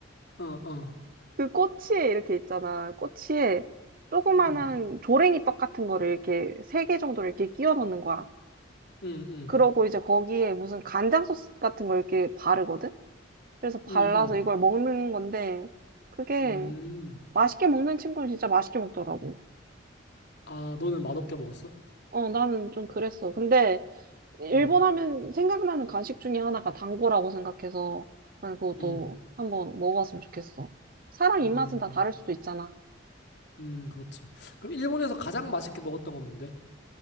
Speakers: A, on the left; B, on the right.
A: 어, 어.
B: 그 꼬치에 이렇게 있잖아. 꼬치에 조그마한
A: 음,
B: 조랭이 떡 같은 거를 이렇게 세 개 정도를 이렇게 끼워 넣는 거야.
A: 음, 음,
B: 그러고 이제 거기에 무슨 간장 소스 같은 걸 이렇게 바르거든? 그래서 발라서
A: 음,
B: 이걸
A: 음.
B: 먹는 건데, 그게
A: 음.
B: 맛있게 먹는 친구는 진짜 맛있게 먹더라고.
A: 아, 너는 맛없게 먹었어?
B: 어, 나는 좀 그랬어. 근데, 일본
A: 음,
B: 하면 생각나는 간식 중에 하나가 단거라고 생각해서 난 그것도
A: 음,
B: 한번 먹어봤으면 좋겠어. 사람
A: 음,
B: 입맛은 다 다를 수도 있잖아.
A: 음, 그렇지. 그럼 일본에서 가장 맛있게 먹었던 건 뭔데?